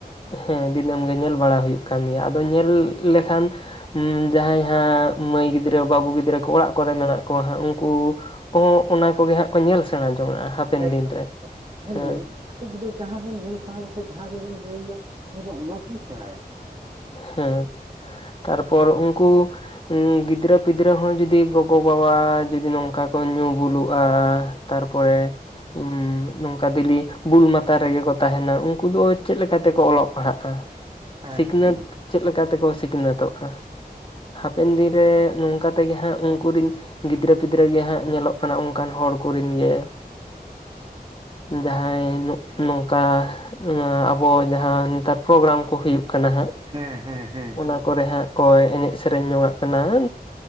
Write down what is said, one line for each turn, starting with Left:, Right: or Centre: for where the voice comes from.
Left: ᱦᱮᱸ ᱫᱤᱱᱟᱹᱢ ᱜᱮ ᱧᱮᱞ ᱵᱟᱲᱟ ᱦᱩᱭᱩᱜ ᱠᱟᱱ ᱜᱮᱭᱟ, ᱟᱫᱚ ᱧᱮᱞ ᱞᱮᱠᱷᱟᱱ ᱦᱩᱸ ᱡᱟᱦᱟᱸᱭ ᱦᱟᱸᱜ ᱢᱟᱹᱭ ᱜᱤᱫᱽᱨᱟᱹ ᱵᱟᱹᱵᱩ ᱜᱤᱫᱽᱨᱟᱹ ᱠᱚ ᱚᱲᱟᱜ ᱠᱚᱨᱮ ᱢᱮᱱᱟᱜ ᱠᱚᱣᱟ ᱦᱟᱸᱜ ᱩᱝ ᱠᱩ ᱠᱚᱦᱚᱸ ᱚᱱᱟ ᱠᱚᱜᱮ ᱦᱟᱸᱜ ᱠᱚ ᱧᱮᱞ ᱥᱮᱬᱟ ᱡᱚᱝᱟᱜᱼᱟ᱾ ᱦᱟᱯᱮᱱ
Right: ᱮᱠᱫᱚᱢ
Left: ᱫᱤᱱ ᱨᱮ
Right: ᱮᱠᱫᱚᱢ ᱧᱮᱞᱵᱤᱱ
Left: ᱦᱮᱸ
Right: ᱢᱤᱫ ᱴᱤᱡ ᱜᱤᱫᱽᱨᱟᱹ ᱡᱟᱦᱟᱸ ᱵᱤᱱ ᱧᱮᱞ ᱥᱮᱸᱬᱟᱭᱟ ᱥᱮ ᱡᱟᱦᱟᱸᱭ ᱜᱮᱵᱮᱱ ᱞᱟᱹᱭ ᱟᱭᱟ ᱩᱱᱤ ᱫᱚ ᱚᱱᱟᱜᱮᱭ ᱥᱮᱸᱬᱟᱭᱟ᱾
Left: ᱦᱮᱸ, ᱛᱟᱨᱯᱚᱨ ᱩᱝᱠᱩ ᱩᱸᱻ ᱜᱤᱫᱽᱨᱟᱹ ᱯᱤᱫᱽᱨᱟᱹ ᱦᱚᱸ ᱡᱩᱫᱤ ᱜᱚᱜᱚᱵᱟᱵᱟ ᱡᱩᱫᱤ ᱱᱚᱝᱠᱟ ᱠᱚ ᱧᱩ ᱵᱩᱞᱩᱜᱼᱟ, ᱛᱟᱨᱯᱚᱨᱮ ᱦᱩᱸ ᱱᱚᱝᱠᱟ ᱫᱤᱞᱤ ᱵᱩᱞ ᱢᱟᱛᱟ ᱨᱮᱜᱮ ᱠᱚ ᱛᱟᱦᱮᱱᱟ ᱩᱝᱠᱩ ᱫᱚ ᱪᱮᱜ ᱞᱮᱠᱟ ᱛᱮᱠᱚ ᱚᱞᱚᱜ ᱯᱟᱲᱦᱟᱜᱼᱟ?
Right: ᱦᱮᱸ
Left: ᱥᱤᱠᱷᱱᱟᱹᱛ
Right: ᱦᱮᱸ
Left: ᱪᱮᱜ ᱞᱮᱠᱟ ᱛᱮᱠᱚ ᱥᱤᱠᱷᱱᱟᱹᱛᱚᱜᱼᱟ? ᱦᱟᱯᱮᱱ ᱫᱤᱱ ᱨᱮ ᱱᱚᱝᱠᱟ ᱛᱮᱜᱮ ᱦᱟᱸᱜ ᱩᱝᱠᱩ ᱨᱤᱱ ᱜᱤᱫᱽᱨᱟᱹ ᱯᱤᱫᱽᱨᱟᱹ ᱜᱮ ᱦᱟᱸᱜ ᱧᱮᱞᱚᱜ ᱠᱟᱱᱟ ᱚᱝᱠᱟᱱ ᱦᱚᱲ ᱠᱚᱨᱮᱱ ᱜᱮ ᱡᱟᱦᱟᱸᱭ ᱱᱚᱜᱼᱚᱚᱝᱠᱟ ᱱᱚᱣᱟ ᱟᱵᱚ ᱡᱟᱦᱟᱸ ᱱᱮᱛᱟᱨ ᱯᱨᱳᱜᱨᱟᱢ ᱠᱚ ᱦᱩᱭᱩᱜ ᱠᱟᱱᱟ ᱦᱟᱸᱜ ᱾
Right: ᱦᱮᱸ ᱦᱮᱸ ᱦᱮᱸ ᱾
Left: ᱚᱱᱟ ᱠᱚᱨᱮ ᱦᱟᱸᱜ ᱠᱚ ᱮᱱᱮᱡ ᱥᱮᱨᱮᱧ ᱧᱚᱜᱟᱜ ᱠᱟᱱᱟ᱾ ᱢᱟ